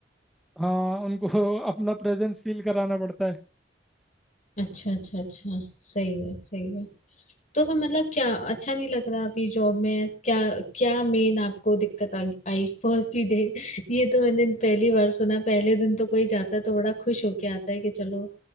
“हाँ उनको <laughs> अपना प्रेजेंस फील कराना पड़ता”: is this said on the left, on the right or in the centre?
Centre